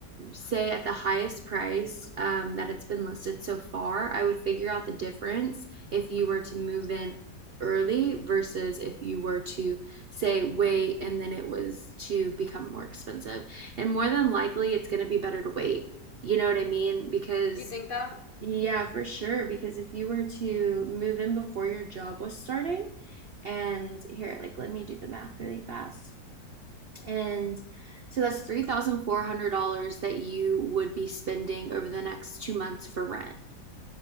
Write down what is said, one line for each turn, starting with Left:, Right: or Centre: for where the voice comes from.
Right: say at the highest price um, that it's been listed so far, I would figure out the difference if you were to move in early versus if you were to say wait and then it was to become more expensive. And more than likely, it's going to be better to wait. You know what I mean? Because
Left: You think that?
Right: yeah, for sure. Because if you were to move in before your job was starting, and here, like, let me do the math really fast. And so that's $3,400 that you would be spending over the next two months for rent,